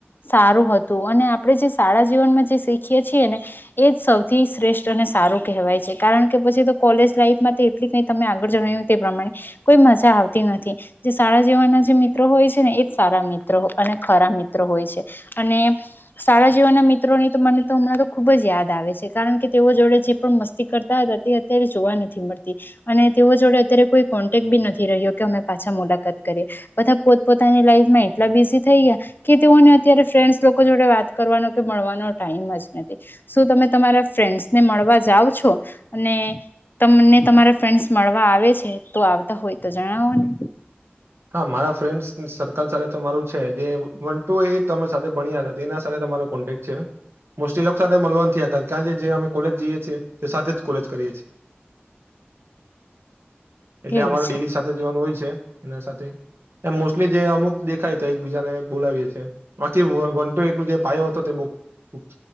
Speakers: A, on the left; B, on the right.
A: સારું હતું અને આપણે જે શાળા જીવનમાં જે શીખીએ છીએ ને એ જ સૌથી શ્રેષ્ઠ સારું કહેવાય છે કારણ કે પછી તો કોલેજ લાઈફમાં એટલી કઈ તમે આગળ જણાવ્યું તે પ્રમાણે કોઈ મજા આવતી નથી જે શાળા જીવનના જે મિત્રો હોય છે ને એજ સારા મિત્રો અને ખરા મિત્ર હોય છે અને શાળા જીવનના મિત્રોની તો મને તો હમણાં તો ખુબ જ યાદ આવે છે કારણ કે તેઓ જોડે જે પણ મસ્તી કરતા હતા તે અત્યારે જોવા નથી મળતી અને તેઓ જોડે અત્યારે કોઈ કોન્ટેક બી નથી રહ્યો કે અમે પાછા મુલાકાત કરીએ બધા પોતપોતાની લાઈફમાં એટલા બિઝી થઈ ગયા કે તેઓને અત્યારે ફ્રેન્ડસ લોકો જોડે વાત કરવાનો કે મળવાનો ટાઈમ જ નથી શું તમે તમારા ફ્રેન્ડસ ને મળવા જાવ છો અને તમને તમારા ફ્રેન્ડસ મળવા આવે છે? તો આવતા હોય તો જણાવોને.
B: હા મારા ફ્રેન્ડ્સ સર્કલ સાથે તમારું છે જે વન ટુ એ અમે સાથે ભણ્યા હતા તેના સાથે તમારો કોન્ટેક્ટ છે મુસ્ટિલોક સાથે મલવાન થયા હતા કારણ કે જે અમે કોલેજ જઈએ છીએ તે સાથે જ કોલેજ કરીએ છીએ. એટલે
A: એવું
B: અમારું
A: છે
B: ડેલી સાથે જવાનું હોય છે. છે. એના સાથે એમ મોસ્ટલી જે અમુક દેખાય તો એકબીજાને બોલાવીએ છીએ આથી વન ટુ એઈટનો જે પાયો હતો તે બહુ ખબ